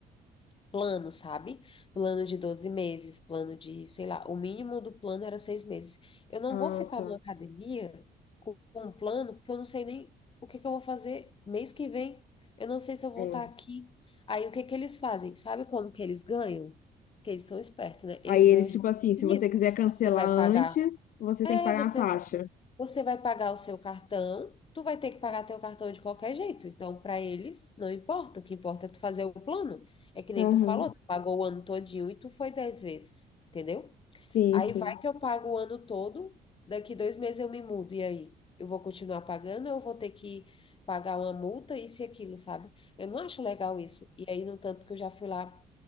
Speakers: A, on the left (about 35°); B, on the left (about 60°).
A: plano, sabe? Plano de 12 meses, plano de, sei lá, o mínimo do plano era seis meses. Eu não
B: Ah,
A: vou ficar
B: tá.
A: numa academia com com um plano, porque eu não sei nem o que que eu vou fazer mês que vem. Eu não sei se eu vou
B: É.
A: estar aqui. Aí o que que eles fazem? Sabe como que eles ganham? Porque eles são espertos, né? Eles
B: Aí eles,
A: ganham justamente
B: tipo assim, se
A: nisso.
B: você quiser cancelar
A: Você vai
B: antes,
A: pagar.
B: você
A: É,
B: tem que pagar
A: você
B: a taxa.
A: você vai pagar o seu cartão, tu vai ter que pagar teu cartão de qualquer jeito. Então, para eles, não importa. O que importa é tu fazer o plano. É que nem
B: Aham,
A: tu falou, tu pagou o ano todinho e tu foi dez vezes, entendeu?
B: sim,
A: Aí
B: sim.
A: vai que eu pago o ano todo, daqui dois meses eu me mudo. E aí? Eu vou continuar pagando ou eu vou ter que pagar uma multa, isso e aquilo, sabe? Eu não acho legal isso. E aí, no tanto que eu já fui lá